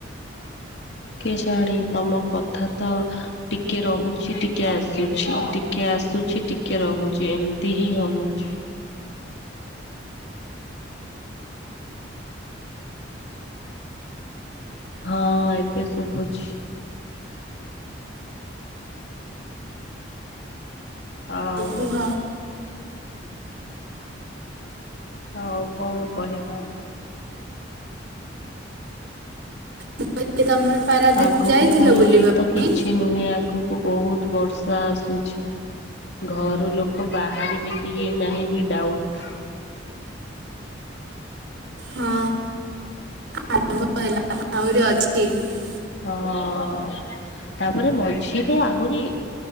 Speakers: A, on the left (about 60°); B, on the right (about 70°).
A: କେଜାଣି ତମ କଥା ତ ଟିକେ- ଟିକେ ରହୁଛି ଟିକେ ଆସୁଛି ଟିକେ ଆସୁଛି ଟିକେ ରହୁଛି ଏମତି ହିଁ ହଉଛି। ହଁ ଏବେ ଶୁଭୁଛି। ଆଉ।
B: କୁହ
A: ହଉ କଣ କହିବା?
B: ମୁଁି <unintelligible> ତମେ ପାରାଦ୍ୱୀପ
A: ଆଗକୁ
B: ଯାଇଥିଲ
A: ପୁଣି
B: ବୁଲିବା
A: ଏ ତ
B: ପାଇଁ?
A: କିଛି ନୁହେଁ ଆଗକୁ ବହୁତ ବର୍ଷା ଆସୁଛି। ଘରୁ ଲୋକ ବାହାରିବେ କିଇଏ ନାହିଁ ବି ଡାଉଟ୍।
B: ହଁ ଆରମ୍ଭ ହେଲା ଆହୁରି ଅଛି <unintelligible>
A: ହଁ। ତାପରେ ମଝିରେ ଆହୁରି